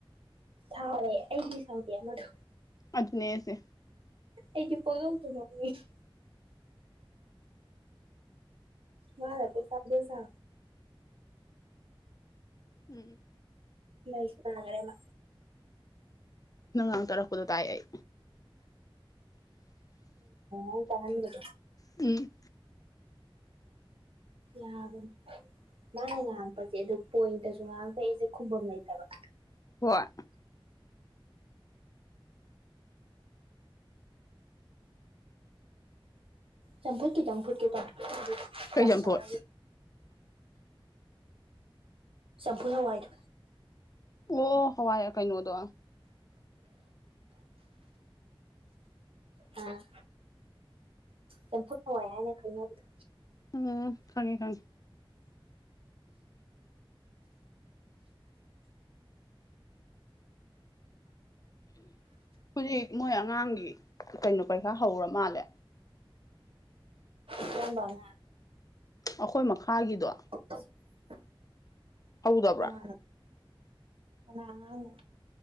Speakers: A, on the right (about 75°); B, on the left (about 40°).
A: ꯍꯥꯎꯋꯦ ꯑꯩꯗꯤ ꯁꯥꯎꯗꯦ ꯑꯃꯗꯨ
B: ꯑꯗꯨꯅꯦꯁꯦ
A: ꯑꯩꯗꯤ ꯄꯨꯡꯅꯣꯡꯇ ꯅꯣꯡꯅꯤꯡꯉꯤ ꯃꯥꯅ ꯇꯨ ꯐꯥꯗꯦ ꯁꯥ
B: ꯎꯝ
A: ꯂꯩꯁꯅꯒꯦ ꯑꯃ
B: ꯅꯨꯡꯉꯥꯡ ꯇꯥꯔꯛꯄꯗꯣ ꯇꯥꯏ ꯑꯩ
A: ꯑꯣ ꯇꯍꯟꯒꯗꯣ
B: ꯎꯝ
A: ꯌꯥꯕꯅꯦ ꯃꯥꯅ ꯉꯥꯡꯉꯛꯄꯁꯦ ꯑꯗꯨ ꯄꯣꯏꯟꯇꯁꯨ ꯉꯥꯡꯉꯛꯄꯩꯏ ꯑꯩꯁꯦ ꯈꯨꯝꯕꯝ ꯂꯩꯇꯕ
B: ꯍꯣꯏ
A: ꯆꯝꯐꯨꯠ ꯈꯤꯇꯪ ꯆꯝꯐꯨꯠꯀꯦꯇꯧꯅꯤ
B: ꯀꯩ ꯆꯝꯐꯨꯠ
A: ꯆꯝꯐꯨ ꯍꯋꯥꯏꯗꯨ
B: ꯑꯣ ꯍꯋꯥꯏ ꯀꯩꯅꯣꯗꯣ
A: ꯎꯝ ꯆꯝꯐꯨꯠ ꯍꯋꯥꯏ ꯍꯥꯏꯅ ꯈꯪꯅꯕꯗꯣ
B: ꯎꯝ ꯈꯪꯉꯦ ꯈꯪꯉꯦ ꯍꯧꯖꯤꯛ ꯃꯣꯏ ꯑꯉꯥꯡꯒꯤ ꯀꯩꯅꯣ ꯄꯩꯈꯥ ꯍꯧꯔ ꯃꯥꯜꯂꯦ
A: ꯀꯔꯝꯕ ꯑꯉꯥꯡ
B: ꯑꯩꯈꯣꯏ ꯃꯈꯥꯒꯤꯗꯣ
A: <inaudible>
B: ꯍꯧꯗꯕ꯭ꯔꯥ
A: ꯀꯅꯥ ꯀꯅꯥꯉ